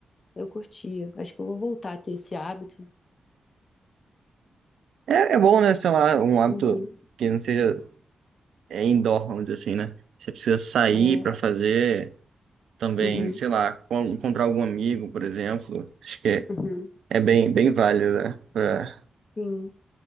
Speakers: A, on the left; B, on the right.
A: Eu curtia. Acho que eu vou voltar a ter esse hábito.
B: É, é bom, né? Sei lá, um hábito
A: Uhum.
B: que não seja é indoor, vamos dizer assim, né? Você precisa sair
A: É.
B: pra fazer também,
A: Uhum.
B: sei lá, co- encontrar algum amigo, por exemplo. Acho que é,
A: Uhum.
B: é bem, bem válido, né? Pra,
A: Sim.